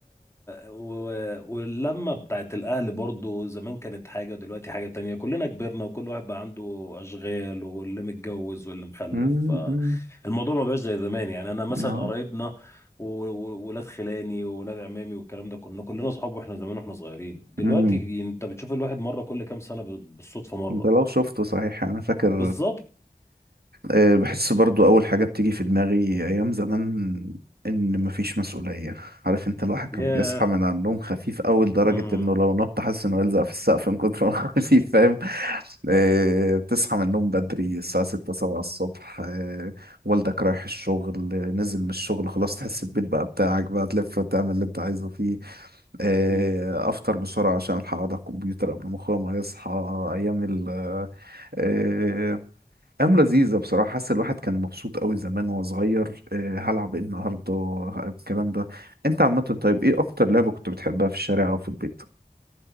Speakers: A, on the left (about 15°); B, on the right (about 80°).
A: و... واللمة بتاعت الأهل برضو زمان كانت حاجة ودلوقتي حاجة تانية كلنا كبرنا وكل واحد بقى عنده أشغال واللي متجوز واللي مخلف
B: مم، مم.
A: الموضوع ما بقاش زي زمان يعني أنا مثلا
B: اه
A: قرايبنا وولاد خلاني وولاد عمامي والكلام ده كنا كلنا أصحاب وإحنا زمان وإحنا صغيرين دلوقتي
B: مم.
A: أنت بتشوف الواحد مرة كل كام سنة ب- بالصدفة مرة
B: ده لو شفته صحيح انا فاكر
A: بالظبط
B: آه، بحس برضو أول حاجة بتيجي في دماغي أيام زمان إن مفيش مسؤولية عارف أنت الواحد كان
A: ياه
B: بيصحى من على النوم خفيف أوي لدرجة
A: امم
B: إنه لو نط حاسس إنه يلزق في السقف من كتر ما هو <laughs> خفيف فاهم آه، بتصحى من النوم بدري الساعة ستة سبعة الصبح آه، والدك رايح الشغل آه، نزل من الشغل خلاص تحس البيت بقى بتاعك بقى تلف وتعمل اللي أنت عايزه فيه آه،
A: امم <laughs>
B: افطر بسرعه عشان الحق اقعد على الكمبيوتر قبل ما اخويا ما يصحى ايام ال آه، أيام لذيذة بصراحة حاسس الواحد كان مبسوط قوي زمان وهو صغير آه، هلعب ايه النهاردة آه، الكلام ده انت عامة طيب ايه أكتر لعبة كنت بتحبها في الشارع أو في البيت؟